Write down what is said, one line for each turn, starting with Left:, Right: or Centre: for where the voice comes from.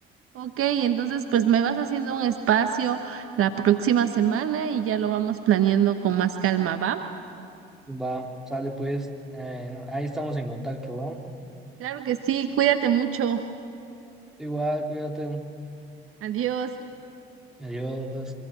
Right: Ok, entonces pues me vas haciendo un espacio la próxima semana y ya lo vamos planeando con más calma, ¿va?
Centre: Va, sale pues, eh, ahí estamos en contacto, ¿va?
Right: Claro que sí, cuídate mucho.
Centre: Igual, cuídate.
Right: Adiós.
Centre: Adiós.